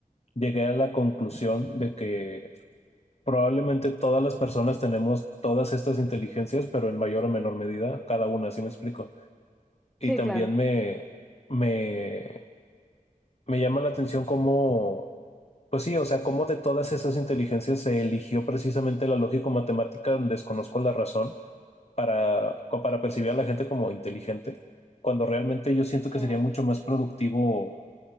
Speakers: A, on the left; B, in the centre.
A: llegué a la conclusión de que Probablemente todas las personas tenemos todas estas inteligencias, pero en mayor o menor medida, cada una, así me explico. Y
B: Sí,
A: también
B: claro.
A: me, me, me llama la atención cómo, pues sí, o sea, cómo de todas esas inteligencias se eligió precisamente la lógico-matemática, desconozco la razón, para, co- para percibir a la gente como inteligente, cuando realmente yo siento
B: Sí,
A: que sería mucho más productivo